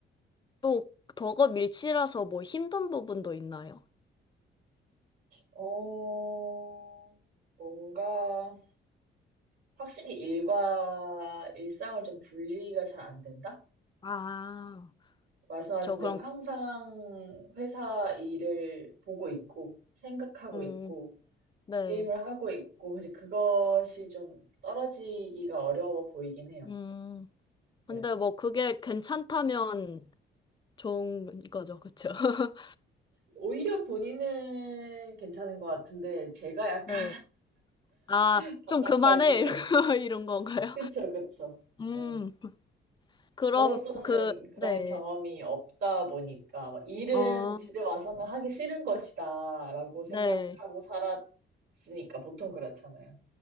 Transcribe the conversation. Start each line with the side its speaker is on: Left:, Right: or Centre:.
Left: 또 더거 밀치라서 뭐 힘든 부분도 있나요?
Right: 어, 뭔가 확실히 일과 일상을 좀 분리가 잘 안 된다?
Left: 아,
Right: 말씀하신
Left: 저 그럼
Right: 대로 항상 회사 일을 보고 있고, 생각하고
Left: 음,
Right: 있고,
Left: 네.
Right: 게임을 하고 있고, 이제 그것이 좀 떨어지기가 어려워 보이긴 해요.
Left: 음.
Right: 네.
Left: 근데 뭐 그게 괜찮다면 좋은 거죠. 그쵸? <laughs>
Right: 오히려 본인은 괜찮은 것 같은데, 제가 약간
Left: 네. 아,
Right: <laughs> 답답할
Left: 좀 그만해.
Right: 때가
Left: <laughs>
Right: 있는 것 같고.
Left: 이런 건가요?
Right: 그쵸, 그쵸.
Left: 음,
Right: 네.
Left: 그럼,
Right: 저로서는
Left: 그,
Right: 그런
Left: 네.
Right: 경험이 없다 보니까 막 일은
Left: 어,
Right: 집에 와서는 하기 싫은 것이다라고 생각하고
Left: 네.
Right: 살았으니까 보통 그렇잖아요.